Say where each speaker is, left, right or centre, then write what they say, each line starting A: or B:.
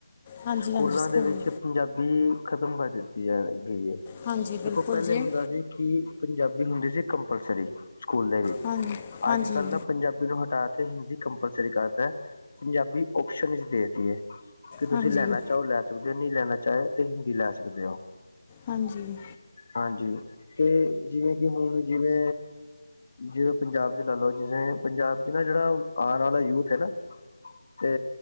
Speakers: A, on the left; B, on the left.
A: ਹਾਂਜੀ
B: ਸਕੂਲਾਂ
A: ਹਾਂਜੀ ਸਕੂਲ
B: ਦੇ ਵਿੱਚ ਪੰਜਾਬੀ ਖਤਮ ਕਰ ਦਿੱਤੀ ਗਈ ਹੈ।
A: ਹਾਂਜੀ
B: ਦੇਖੋ
A: ਬਿਲਕੁਲ
B: ਪਹਿਲੇ
A: ਜੀ
B: ਹੁੰਦਾ ਸੀ ਕਿ ਪੰਜਾਬੀ ਹੁੰਦੀ ਸੀ ਕੰਪਲਸਰੀ- ਸਕੂਲ ਦੇ ਵਿੱਚ,
A: ਹਾਂਜੀ ਹਾਂਜੀ
B: ਅੱਜ ਕੱਲ੍ਹ ਨਾ ਪੰਜਾਬੀ ਨੂੰ ਹਟਾ ਕੇ ਹਿੰਦੀ ਕੰਪਲਸਰੀ ਕਰਤਾ। ਪੰਜਾਬੀ ਓਪਸ਼ਨ ਵਿੱਚ ਦੇਤੀਏ- ਵੀ ਤੁਸੀਂ
A: ਹਾਂਜੀ
B: ਲੈਣਾ ਚਾਹੋ ਲੈ ਸਕਦੇ ਹੋ ਨਹੀਂ ਲੈਣਾ ਚਾਹੋ ਤੇ ਹਿੰਦੀ ਲੈ ਸਕਦੇ ਹੋ।
A: ਹਾਂਜੀ
B: ਹਾਂਜੀ ਕਿ ਜਿਵੇਂ ਕਿ ਹੁਣ ਜਿਵੇਂ ਜਿਵੇਂ ਪੰਜਾਬ ' ਲਾ ਲਓ ਜਿਵੇਂ ਪੰਜਾਬ 'ਚ ਨਾ ਜਿਹੜਾ- ਆਉਣ ਵਾਲਾ ਯੂਥ ਹੈ ਨਾ ਤੇ